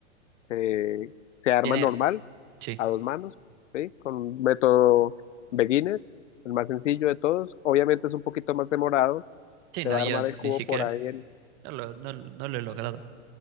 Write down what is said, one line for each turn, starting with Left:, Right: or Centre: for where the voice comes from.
Left: se, se arma
Right: Tiene,
Left: normal,
Right: sí.
Left: a dos manos, ¿sí? Con un método beginner, el más sencillo de todos. Obviamente es un poquito más demorado,
Right: Sí,
Left: se
Right: no,
Left: va
Right: yo
Left: a armar el cubo
Right: ni siquiera
Left: por ahí en...
Right: no lo, no, no lo he logrado.